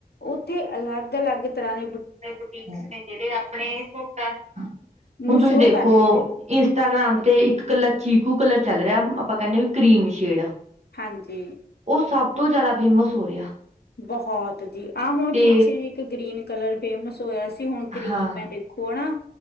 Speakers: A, on the left (about 75°); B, on the right (about 45°).
A: ਓਥੇ ਅਲੱਗ-ਅਲੱਗ ਤਰ੍ਹਾਂ ਦੇ
B: ਨਏ ਬੁਟੀਕਸ ਨੇ ਜੇੜੇ ਆਪਣੇ ਸੂਟਾ ਹੁਣ
A: ਨੂੰ
B: ਤੁਸੀਂ
A: ਸ਼ੋਅ
B: ਦੇਖੋ
A: ਕਰਦੇ ਨੇ,
B: ਇੰਸਟਾਗ੍ਰਾਮ ਤੇ ਇੱਕ ਕਲਾ ਚੀਕੂ ਕਲਰ ਚੱਲ ਰਿਐ, ਅਪਾਂ ਕੈਂਣੇ ਵੀ ਕਰੀਮ ਸ਼ੇਡ
A: ਹਾਂਜੀ
B: ਉਹ ਸਭ ਤੋਂ ਜ਼ਿਆਦਾ ਫੇਮਸ ਹੋ ਰਿਹਾ।
A: ਬਹੁਤ ਜੀ ਆਹ ਹੁਣ
B: ਤੇ
A: ਪਿੱਛੇ ਜ ਇੱਕ ਗ੍ਰੀਨ ਕਲਰ ਫੇਮਸ ਹੋਇਆ ਸੀ। ਹੁਣ ਕਰੀਮ
B: ਹਾਂ
A: ਹੈ ਦੇਖੋ ਨਾ।